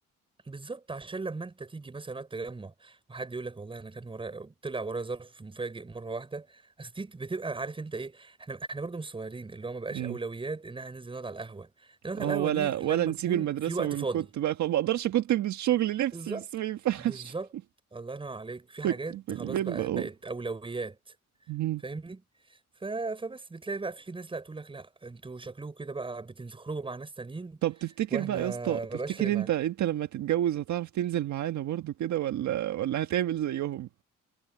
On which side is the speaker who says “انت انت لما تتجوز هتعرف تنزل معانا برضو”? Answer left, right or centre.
Right